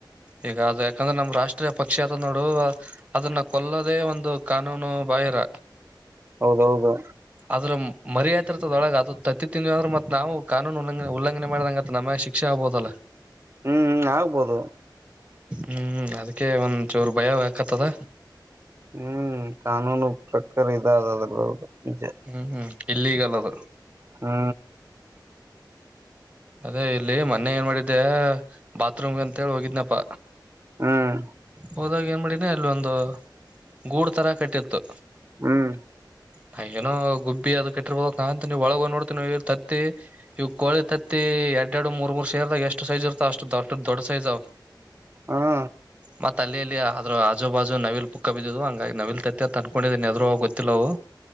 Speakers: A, on the right (about 15°); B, on the right (about 30°).
A: ಈಗ ಅದ ಯಾಕಂದ್ರೆ ನಮ ರಾಷ್ಟ್ರೀಯ ಪಕ್ಷ ಅತ ನೋಡು ಅದನ್ನ ಕೊಲ್ಲದೇ ಒಂದು ಕಾನೂನು ಬಾಹಿರ
B: ಹೌದೌದು
A: ಆದ್ರ ಮರ್ಯಯಾತಿ ಇರ್ತದೊಳಗೆ ಅದದು ತತ್ತಿ ತಿಂದನ್ವಿ ಆದ್ರರು ಮತ್ ನಾವು ಕಾನೂನು ಉಲ್ಲಂಘನೆ ಉಲ್ಲಂಘನೆ ಮಾಡಿದಂಗಂತ ನಮ್ಯಾಗ ಶಿಕ್ಷೆ ಆಗಬಹುದಲ್ಲ
B: ಹ್ಮ್ ಆಗ್ಬೋದು
A: ಹ್ಮ್ ಅದಕ್ಕೆ ಒಂದ ಚೋರು ಭಯಬೇಕಕ್ತ್ತದ
B: ಹ್ಮ್ ಕಾನೂನು ಸರಿ ಇದ ಅದ್ರ ನಿಜೆ
A: ಹ್ಮ್ ಹ್ಮ್ ಇಲ್ಲಿಗಲ್ಲದು
B: ಹ್ಮ
A: ಅದೇ ಇಲ್ಲಿ ಮೊನ್ನೆ ಏನ್ ಮಾಡಿದ್ದೆ ಬಾತ್ರೂಮ್ ಅಂತ ಹೇಳಿ ಹೋಗಿದ್ನಪ್ಪ
B: ಹ್ಮ್
A: ಹೋದಾಗ ಏನ್ಬಿಡಿನ ಅಲ್ಲ ಒಂದು ಗೂಡು ಥರ ಕಟ್ಟಿತ್ತು
B: ಹ್ಮ್
A: ನಾ ಏನೋ ಗುಬ್ಬಿ ಅ ಕಟ್ಟಿರ್ಬೋದ ನಾಂತ ನೀವು ಒಳಗ ನೋಡ್ತೀ ಇವ ತತ್ತಿ ಇವ ಕೋಳಿ ತತ್ತಿ ಮತ್ತೆ ಎರಡ್ ಎರಡು ಮೂರ್ ಮೂರ್ ಸೇರ್ದಾಗ ಎಷ್ಟು ಸೈಜ್ ಇರ್ತಾವ ಅಷ್ಟ ದಡ್ಡ ದೊಡ್ ಸೈಜ್ ಅವ
B: ಹಾ
A: ಮತ್ತ ಅಲ್ಲಿಯಲ್ಲಿ ಅ ಆದ್ರರು ಆಜುಬಾಜು ನವಿಲ್ ಪುಕ್ಕ ಬಿದ್ದಿದುದು ಹಂಗಾಗಿ ನವಿಲ್ ತತ್ತ ತಂದ್ಕೊಂಡಿದ್ದ ಎದುರುದು ಗೊತ್ತಿಲ್ಲ ಅವು